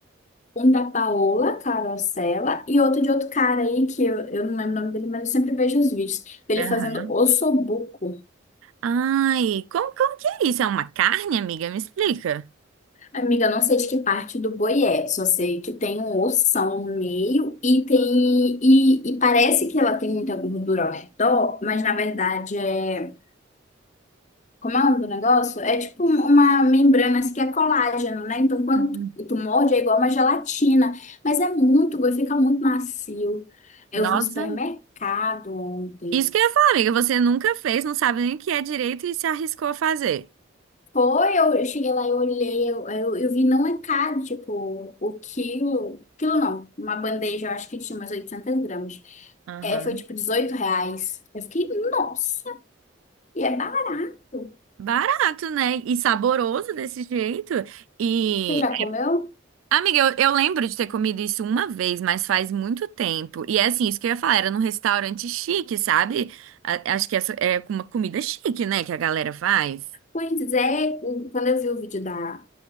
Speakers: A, on the left; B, on the right.
A: Um da Paola Carosella e outro de outro cara aí que eu, eu não lembro o nome dele, mas eu sempre vejo os vídeos dele
B: aham.
A: fazendo ossobuco.
B: Ai, como, como que é isso? É uma carne, amiga? Me explica.
A: Amiga, eu não sei de que parte do boi é, só sei que tem um ossão no meio e tem e, e parece que ela tem muita gordura ao redor, mas na verdade é Como é o nome do negócio? É tipo um- uma membrana assim, que é colágeno, né? Então, quando
B: Uhum.
A: tu tu morde, é igual uma gelatina. Mas é muito, fica muito macio. Eu
B: Nossa,
A: vi no supermercado ontem.
B: isso que eu ia falar, amiga, você nunca fez, não sabe nem o que é direito e se arriscou a fazer.
A: Foi, eu, eu cheguei lá, eu olhei, eu, eu, eu vi não é caro, tipo, o quilo, quilo não, uma bandeja, eu acho que tinha umas 800 gramas.
B: Aham.
A: É, foi tipo 18 reais. Eu fiquei, nossa, e é barato.
B: Barato, né? E saboroso desse jeito. E
A: Você já comeu?
B: Amiga, eu, eu lembro de ter comido isso uma vez, mas faz muito tempo. E é assim, isso que eu ia falar, era num restaurante chique, sabe? A- acho que essa é uma comida chique, né, que a galera faz.
A: Pois é, quando eu vi o vídeo da,